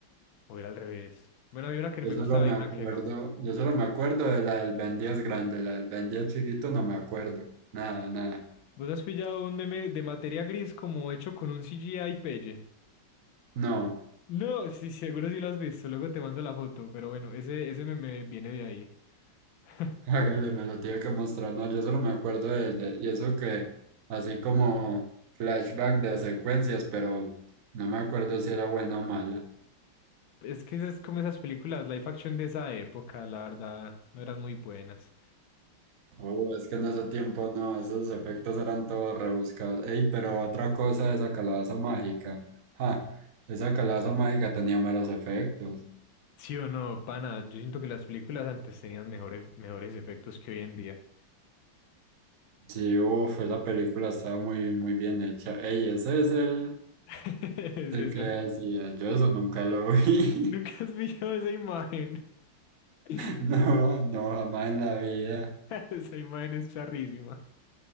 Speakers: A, on the left; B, on the right.
A: o era al revés. Bueno, había una que no
B: Yo
A: me
B: solo
A: gustaba
B: me
A: y
B: acuerdo,
A: una que no.
B: yo solo me acuerdo de la del Ben 10 grande, la del Ben 10 chiquito no me acuerdo. Nada, nada.
A: ¿Vos has pillado un meme de materia gris como hecho con un CGI pelle?
B: No.
A: No, sí, seguro sí lo has visto, luego te mando la foto, pero bueno, ese, ese meme viene de ahí. <laughs>
B: Hágale, me lo tiene que mostrar. No, yo solo me acuerdo de, de- y eso que, así como flashback de secuencias, pero no me acuerdo si era buena o mala.
A: Es que es como esas películas live action de esa época, la verdad, no eran muy buenas.
B: Oh, es que en ese tiempo no, esos efectos eran todos rebuscados. Ey, pero otra cosa de esa calabaza mágica. Ja, esa calabaza mágica tenía meros efectos.
A: Sí o no, pana, yo siento que las películas antes tenían mejores, mejores efectos que hoy en día.
B: Sí, uff, esa película estaba muy, muy bien hecha. Ey, ese es el,
A: <laughs> Es
B: el
A: eso,
B: que decía.
A: ¿no?
B: Yo eso nunca lo vi.
A: Nunca
B: <laughs>
A: has visto esa imagen. <laughs>
B: No, no, jamás en la vida.
A: Esa imagen es charrísima.